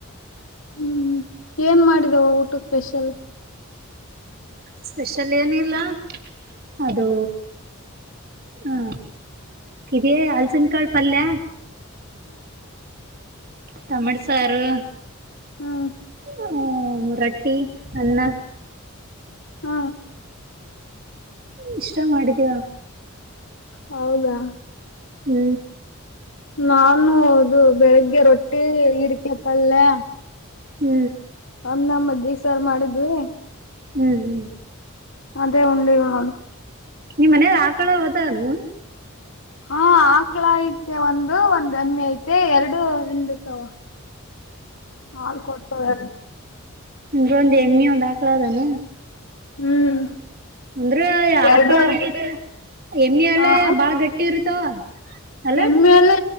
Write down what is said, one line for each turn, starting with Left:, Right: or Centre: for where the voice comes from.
Left: ಹ್ಮ್ ಏನ್ ಮಾಡಿದೆ ಊಟಕ್ಕೆ ಸ್ಪೆಷಲ್.
Right: ಸ್ಪೆಷಲ್ ಏನಿಲ್ಲ ಅದೇ ಹ. ಕಿದೆ ಹಲಸಿನ ಕಾಯಿ ಪಲ್ಯ. ಟಮಡು ಸಾರು
Left: ಹ್ಮ್
Right: ಹ್ಮ ರೊಟ್ಟಿ ಅನ್ನ
Left: ಹ್ಮ
Right: ಇಷ್ಟೊಂದು ಅಡಿಗೆ
Left: ಹೌದಾ
Right: ಹ್ಮ್
Left: ನಾನು ಇದು ಬೆಳಿಗ್ಗೆ ರೊಟ್ಟಿ ಇಡಿಕೆ ಪಲ್ಯ.
Right: ಹ್ಮ್
Left: ಅನ್ನ ಮಜ್ಜಿಗೆ ಸಾರ್ ಮಾಡಿದ್ವಿ.
Right: ಹ್ಮ್ ಹ್ಮ್
Left: ಅದೇ ಉಂಡ್ವಿ ನೋಡು.
Right: ನಿಮ್ ಮನೆ ಆಕಳ ವದನು.
Left: ಹಾ ಆಕ್ಲ ಐತೆ ಒಂದು ಒಂದ್ ಎಮೆ ಐ ಮತ್ತೆ ಎರಡು ಗುಂಬೂತವ ಹಾಲು ಕೊಡ್ತಾವೆ ಎರಡು.
Right: ಇದೊಂದು ಎಮ್ ಯು ದಾಖಲಾಗನ.
Left: ಹ್ಮ್
Right: ಅಂದ್ರೆ ಆಕಳಹಾಲು
Left: ಎರಡು
Right: ಕಿತ ಎಮ್ಮಿ ಹಾಲೆ
Left: ಹಾ
Right: ಬಾಳ ಗಟ್ಟಿ ಇರ್ತಾವ. ಅಲ್ಲ
Left: ಎಮ್ಮಿ ಹಾಲು